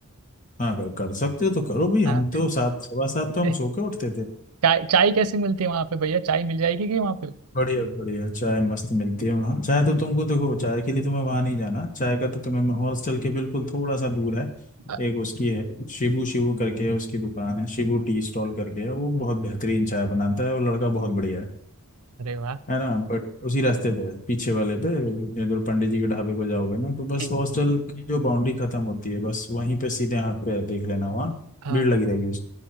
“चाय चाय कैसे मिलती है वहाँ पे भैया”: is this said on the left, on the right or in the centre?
Right